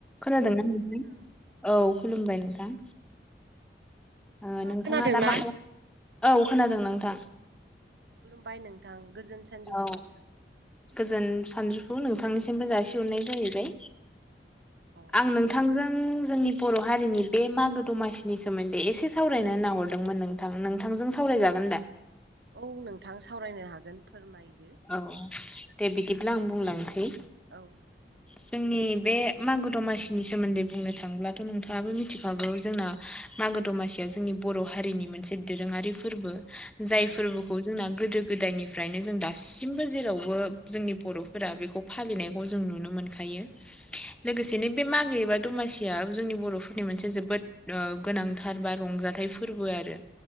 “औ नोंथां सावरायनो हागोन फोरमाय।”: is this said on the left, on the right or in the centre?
Right